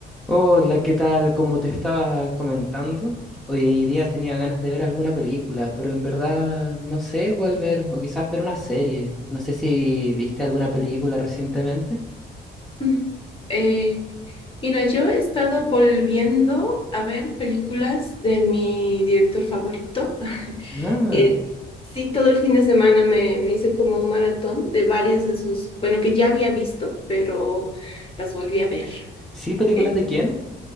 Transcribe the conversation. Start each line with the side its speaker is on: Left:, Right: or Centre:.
Centre: Hola, ¿qué tal? Como te estaba comentando, hoy día tenía ganas de ver alguna película, pero en verdad no sé cuál ver, o quizás ver una serie. No sé si viste alguna película recientemente.
Left: Mm, eh, mira, yo he estado volviendo a ver películas de mi director favorito. <laughs>
Centre: Ah,
Left: Eh, sí, todo el fin de semana me, me hice como un maratón de varias de sus, bueno, que ya había visto, pero las volví a ver.
Centre: sí, ¿películas
Left: Eh,
Centre: de quién?